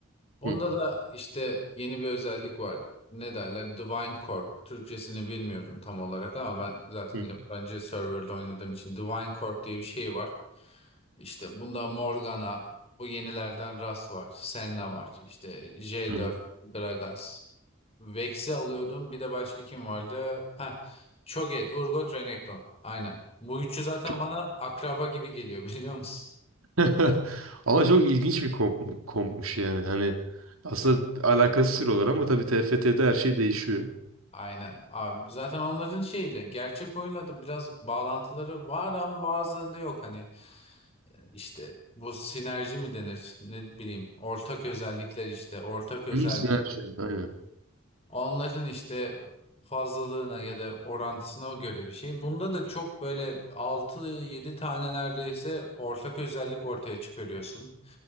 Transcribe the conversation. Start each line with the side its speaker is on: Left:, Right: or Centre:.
Left: Onda
Right: Hı.
Left: da işte yeni bir özellik var. Ne derler? Divine Corp. Türkçesini bilmiyorum tam olarak ama ben zaten
Right: Hı.
Left: yabancı serverda oynadığım için Divine Corp diye bir şey var. İşte bunda Morgana, bu yenilerden Ras var, Senna var, işte J4,
Right: Hı.
Left: Gragas. Vex'i alıyordum. Bir de başka kim vardı? Ha, Cho'Gath, Urgot, Renekton. Aynen. Bu üçü zaten
Right: Çok
Left: bana akraba gibi geliyor <laughs> biliyor musun?
Right: <laughs> Ama çok ilginç bir komp, kompmuş yani. Hani aslında alakası sıfır ama tabii TFT'de her şey değişiyor.
Left: Aynen abi. Zaten onların şeyle gerçek oyunla da biraz bağlantıları var ama bazılarında yok hani İşte bu sinerji mi denir ne bileyim ortak özellikler işte ortak özellik
Right: Hı, sinerji. Aynen.
Left: Onların işte fazlalığına ya da orantısına göre bir şey. Bunda da çok böyle altı yedi tane neredeyse ortak özellik ortaya çıkarıyorsun.